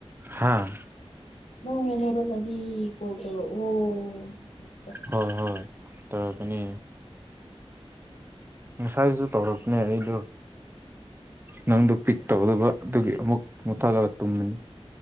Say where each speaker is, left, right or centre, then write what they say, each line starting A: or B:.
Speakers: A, on the right; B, on the left.
A: ꯍꯥꯥ
B: ꯅꯅꯕꯗꯤ ꯍꯗꯣ ꯑꯣ
A: ꯍ ꯍꯣꯏ ꯇꯔꯀꯅꯤ ꯎ ꯃꯁꯥꯏꯁꯨ ꯇꯧꯔꯛꯄꯅꯦ ꯑꯩꯗꯣ ꯅꯪꯗ ꯄꯤꯛ ꯇꯧꯗꯕꯗꯨꯒꯤ ꯑꯃꯨꯛ ꯃꯨꯊꯂꯒ ꯇꯨꯝꯃꯤꯅꯤ